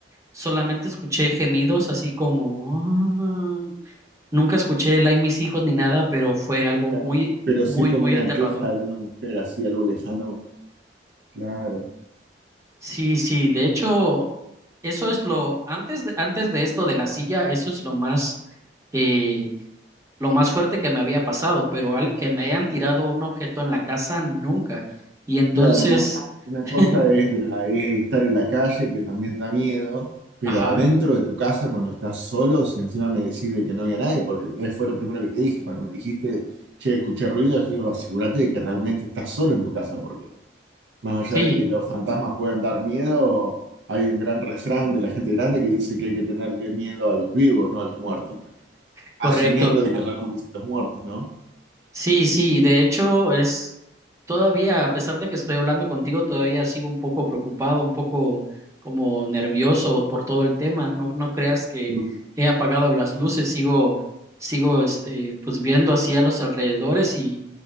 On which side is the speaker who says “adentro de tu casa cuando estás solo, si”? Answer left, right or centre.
Right